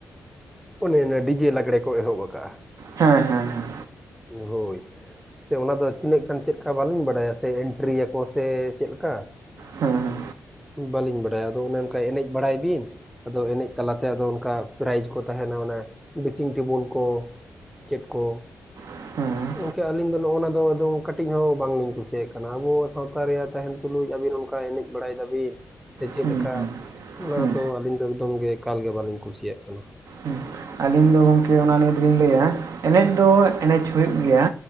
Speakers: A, in the centre; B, on the right.
A: ᱚᱱᱮ ᱚᱱᱟ ᱰᱤᱡᱮ ᱞᱟᱜᱽᱲᱮ ᱠᱚ ᱮᱦᱚᱵ ᱠᱟᱜᱼᱟ
B: ᱦᱮᱸ ᱦᱮᱸ ᱦᱮᱸ
A: ᱦᱳᱭ ᱥᱮ ᱚᱱᱟᱫᱚ ᱛᱤᱱᱟᱹᱜ ᱜᱟᱱ ᱪᱮᱫ ᱞᱮᱠᱟ ᱵᱟᱹᱞᱤᱧ ᱵᱟᱰᱟᱭᱟ ᱥᱮ ᱮᱱᱴᱨᱤᱭᱟᱠᱚ ᱥᱮ ᱪᱮᱫ ᱞᱮᱠᱟ
B: ᱦᱮᱸ ᱦᱮᱸ
A: ᱵᱟᱹᱞᱤᱧ ᱵᱟᱲᱟᱭᱟ ᱟᱫᱚ ᱚᱱᱮ ᱚᱱᱠᱟ ᱮᱱᱮᱡ ᱵᱟᱲᱟᱭ ᱵᱤᱱ ᱟᱫᱚ ᱮᱱᱮᱡ ᱛᱟᱞᱟᱛᱮ ᱟᱫᱚ ᱚᱱᱠᱟ ᱯᱨᱟᱭᱤᱡᱽ ᱠᱚ ᱛᱟᱦᱮᱸᱱᱟ ᱚᱱᱟ ᱰᱮᱥᱤᱝ ᱴᱮᱵᱩᱞ ᱠᱚ ᱪᱮᱫ ᱠᱚ
B: ᱦᱩᱸ
A: ᱜᱚᱝᱠᱮ ᱟᱞᱤᱧ ᱫᱚ ᱱᱚᱜᱼᱚᱱᱟ ᱫᱚ ᱠᱟᱹᱴᱤᱡ ᱦᱚᱸ ᱵᱟᱝᱞᱤᱧ ᱠᱩᱥᱤᱭᱟᱜ ᱠᱟᱱᱟ ᱟᱵᱚ ᱥᱟᱶᱛᱟ ᱨᱮᱭᱟᱜ ᱛᱟᱦᱮᱸᱱ ᱛᱩᱞᱩᱡ ᱟᱵᱤᱱ ᱠᱟ ᱮᱱᱮᱡ ᱵᱟᱲᱟᱭ ᱫᱟᱵᱤᱱ ᱥᱮ ᱪᱮᱫ
B: ᱦᱩᱸ
A: ᱞᱮᱠᱟ
B: ᱦᱩᱸ
A: ᱚᱱᱟ
B: ᱦᱩᱸ
A: ᱫᱚ ᱟᱹᱞᱤᱧ ᱫᱚ ᱮᱠᱫᱚᱢ ᱜᱮ ᱮᱠᱟᱞ ᱜᱮ ᱵᱟᱹᱞᱤᱧ ᱠᱩᱥᱤᱭᱟᱜ ᱠᱟᱱᱟ
B: ᱦᱩᱸ ᱟᱹᱞᱤᱧ ᱫᱚ ᱜᱚᱝᱠᱮ ᱚᱱᱟ ᱱᱤᱭᱮ ᱫᱚᱞᱤᱧ ᱞᱟᱹᱭᱟ ᱮᱱᱮᱡ ᱫᱚ ᱮᱱᱮᱡ ᱦᱩᱭᱩᱜ ᱜᱮᱭᱟ